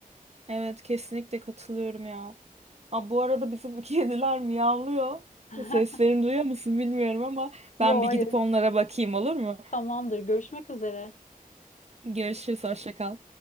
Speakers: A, on the right (about 45°); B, on the left (about 55°).
A: Evet kesinlikle katılıyorum ya. Aa, bu arada bizim <laughs> kediler miyavlıyor.
B: <laughs>
A: Seslerini duyuyor musun bilmiyorum ama
B: Yo
A: ben bir
B: hayır.
A: gidip onlara bakayım olur mu?
B: Tamamdır. Görüşmek üzere.
A: Görüşürüz, hoşça kal.